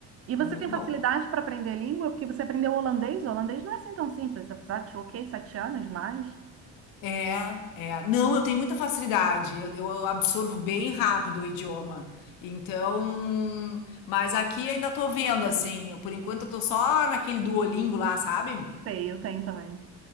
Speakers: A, on the right; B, on the left.
A: E você
B: É muito
A: tem
B: bom.
A: facilidade para aprender língua porque você aprendeu holandês? O holandês não é assim tão simples, apesar de, ok, sete anos, mas...
B: É, é. Não, eu tenho muita facilidade, eu, eu absorvo bem rápido o idioma. Então, mas aqui ainda tô vendo, assim, por enquanto eu tô só naquele Duolingo lá, sabe?
A: Sei, eu tenho também.